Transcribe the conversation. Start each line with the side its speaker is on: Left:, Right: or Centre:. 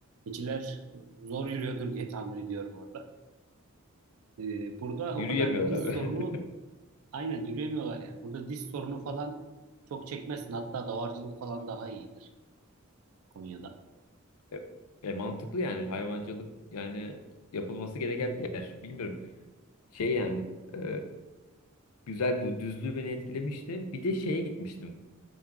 Right: keçiler e, zor yürüyordur diye tahmin ediyorum orada. E, burada
Left: Yürüyemiyorlar
Right: o kadar diz
Left: abi.
Right: sorunu
Left: <laughs>
Right: aynen yürüyemiyorlar yani. Burada diz sorunu falan çok çekmezsin. Hatta davarcılık falan daha iyidir Konya'da.
Left: E, e, mantıklı yani hayvancılık yani yapılması gereken bir yer. Bilmiyorum. Şey yani e, güzel bir düzlüğü beni etkilemişti. Bir de şeye gitmiştim.